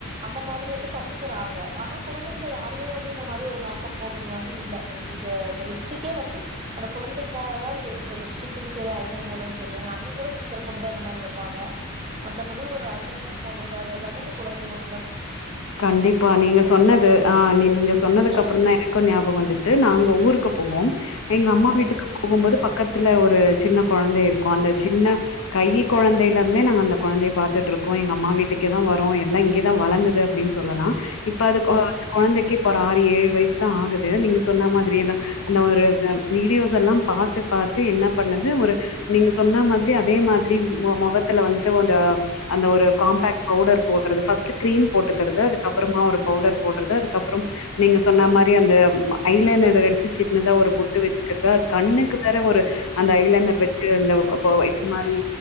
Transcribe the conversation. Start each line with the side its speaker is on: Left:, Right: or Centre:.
Right: அந்த மாரி வந்து கத்துக்கறாங்க ஆனா குடும்பத்துல யாருமே வந் து இந்த மாரி ஒரு மேக்கப் போட்றது வந்து இல்ல இது இந்த லிப்ஸ்ட்டிக்கே வந்து அந்த குழந்தைக்காக தா அங்க இருக்கு லிப்ஸ்டிக்கும் செரி ஐ லைனரும் செரி எங்க அண்ணி கூட ஸ்டிக்கர் பொட்டுதா என்ன மாரி வெப்பாங்க மத்தபடி ஒரு ஐ லைனர் போட்றது அது எல்லாமே இந்த குழந்தை மட்டு
Left: கண்டிப்பா நீங்க சொன்னது ஆ நீங்க சொன்னதுக்கப்பறந்தா
Right: அ
Left: எனக்கு ஞாபகோ வந்துச்சு நாங்க ஊருக்கு போவோ எங்க அம்மா
Right: ம்
Left: வீட்டுக்கு போகும்போது பக்கத்துல ஒரு சின்ன கொழந்தை இருக்கு அந்த சின்ன கை கொழந்தைலர்ந்தே நாங்க அந்த கொழந்தைய பாத்துட்ருக்கோ எங்க அம்மா வீட்டுக்கே தா வரு எல்லா இங்யே தா வளந்தது அப்டின் சொல்லலா இப்ப அது அ அந்த
Right: ம்
Left: கொழந்தைக்கு இப்ப ஒரு ஆறு ஏழு வய்ஸ் தா ஆகுது நீங்க சொன்ன மாதிரியே தா அந்த ஒரு அ வீடியோஸ் எல்லா பாத்து பாத்து என்ன பண்ணுது ஒரு நீங்க சொன்ன மாதிரி அதே மாதிரி ம் மொ மொகத்துல வந்துட்டு ஒ அந்த அந்த ஒரு காம்பேக்ட் பவுடர் போட்றது ஃபஸ்ட்டு க்ரீம் போட்டுக்கறது அதுக்கப்பறமா ஒரு பவுடர் போட்றது அதுக்கப்றம் நீங்க சொன்ன மாரி அந்த ம் ஐ லைனர் எடுத்து சின்னதா ஒரு பொட்டு வெச்சிக்கிறது அது கண்ணுக்கு வேற ஒரு அந்த ஐ லைனர் வெச்சு இந்த ப் பொ இது மாரி